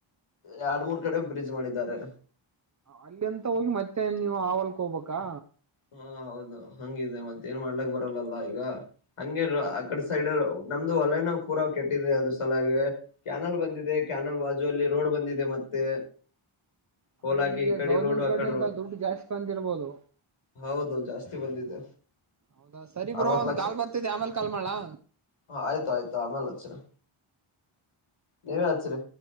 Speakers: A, on the left; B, on the right.
A: ಎರಡ್ ಮೂರ್ ಕಡೆ ಬ್ರಿಡ್ಜ್ ಮಾಡಿದ್ದಾರೆ
B: ಅಲ್ಲಿಂತ ಹೋಗಿ ಮತ್ತೆ ನೀವು ಹೊಲಕ್ಕೆ ಹೋಗ್ಬೇಕಾ
A: ಹಾ ಹೌದು ಹಂಗಿದೆ ಮತ್ತೆ ಏನ್ ಮಾಡ್ಲಕ್ ಬರಲ್ಲಲ್ಲ ಈಗ ಹಂಗೆ
B: ಹೌದಾ
A: ಆ ಕಡೆ ಸೈಡ್ ನಮ್ದು ಹೊಲನು ಪೂರ ಕೆಟ್ಟಿದೆ ಅದ್ರ ಸಲಾಗಿ ಕ್ಯಾನಲ್ ಬಂದಿದೆ ಕ್ಯಾನಲ್ ಬಾಜು ಅಲ್ಲಿ ರೋಡ್ ಬಂದಿದೆ ಮತ್ತೆ
B: ಅಂದ್ರೆ
A: ಹೋಲಾಕಿ
B: ನಿಮ್ಗೆ
A: ಈ ಕಡೆ
B: ಗೌರ್ಮೆಂಟ್
A: ರೋಡ್ ಆ
B: ಕಡೆಯಿಂದ
A: ಕಡೆ ರೋಡ್
B: ದುಡ್ಡು ಜಾಸ್ತಿ ಬಂದಿರ್ಬೋದು
A: ಹೌದು ಜಾಸ್ತಿ ಬಂದಿದೆ
B: ಹೌದಾ ಸರಿ ಬ್ರೋ
A: ಅರವತ್
B: ಒಂದ್ ಕಾಲ್ ಬರ್ತತಿ ಆಮೇಲೆ ಕಾಲ್ ಮಾಡ್ಲಾ
A: ಹ ಆಯ್ತ ಆಯ್ತು ಆಮೇಲೆ ಹಚ್ಚರಿ ನೀವೆ ಹಚ್ಚರೀ